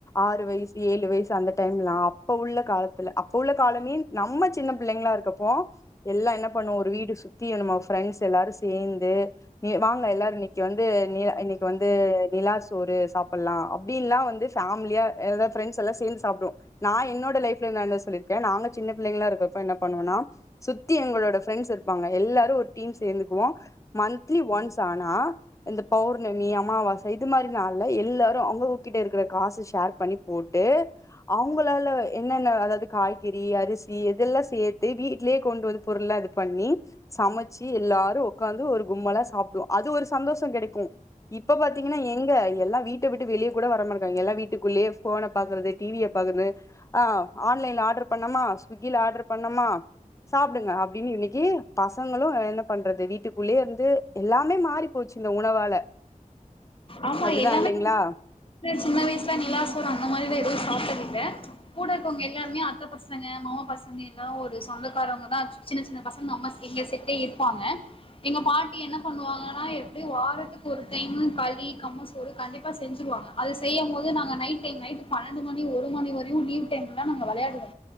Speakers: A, on the left; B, on the left.
A: ஆறு வய்சு ஏழு வய்சு அந்த டைம்லல்லா அப்ப உள்ள காலத்துல அப்ப உள்ள காலமே நம்ம சின்ன பிள்ளைங்ளாருக்கப்போ எல்லா என்ன பண்ணுவோ ஒரு வீடு சுத்தி நம்ம ஃப்ரெண்ட்ஸ் எல்லாரு சேந்து நீ வாங்க எல்லாரு இன்னக்கி வந்து நீ இன்னை வந்து நிலா சோறு சாப்புலா அப்டின்ல்லா வந்து ஃபேம்லியா எதா ஃப்ரண்ட்ஸ்ஸெல்லா சேந்து சாப்டுவோ நா என்னோட லைஃப்ல நடந்தது சொல்லிருக்கே நாங்க சின்ன பிள்ளைங்ளா இருக்கப்ப என்ன பண்ணுவோன்னா சுத்தி எங்களோட ஃப்ரெண்ட்ஸ் இருப்பாங்க எல்லாரு ஒரு டீம் சேந்து க்குவோ மன்த்லி ஒன்ஸ் ஆனா இந்த பௌர்ணமி அமாவாச இது மாரி நாள்ல எல்லாரு அவங்கவுங்ககிட்ட இருக்ற காச ஷேர் பண்ணி போட்டு அவுங்களால எ ன்னென்ன அதாவாது காய்கறி அரிசி எதெல்லா சேர்த்து வீட்லயே கொண்டு வந்து பொருள்லா இது பண்ணி சமைச்சி எல்லா ஒரு கும்மலா சாப்டுவோ அது ஒரு சந்தோஷம் கிடைக்கு இப்ப பாத்தீங்கன்னா எங்க எல்லா வீட்டவிட்டு வெளிய கூட வரமாட்டுகாங்க எல்லா வீட்டுக்குள்ளயே போன பாக்குறது டிவிய பாக்குறது ஆ ஆன்லைன்ல ஆர்டர் பண்ணமா ஸ்விக்கில ஆர்டர் பண்ணமா சாப்டுங்க அப்டின்னு இன்னிக்கி பசங்களு என்ன பண் றது வீட்டுக்குள்ளேயே இருந்து எல்லாமே மாறி போச்சு இந்த உணவால
B: ஆமா
A: அப்டிதா
B: எல்லாமே
A: இல்லைங்களா
B: சின்ன வயசுல நிலா சோறு அந்த மாரிலா எதுவு சாப்டதில்ல கூட இருக்கவங்க எல்லாருமே அத்த பசங்க மாமா பசங்க எல்லாரு ஒரு சொந்தக்காரவங்க தா ஆச்சு சின்ன சின்ன பசங்க அம்மா எங்க செட்டே இருப்பாங்க எங்க பாட்டி என்ன பண்ணுவாங்கன்னா எப்டியு வாரத்துக்கு ஒரு டைமு க ளி கம்ம சோறு கண்டிப்பா செஞ்சுடுவாங்க அது செய்யும் போது நாங்க நைட் டைம் நைட்டு பன்னெண்டு மணி ஒரு மணி வரையு லீவ் டைம்லா நாங்க விளையாடுவோ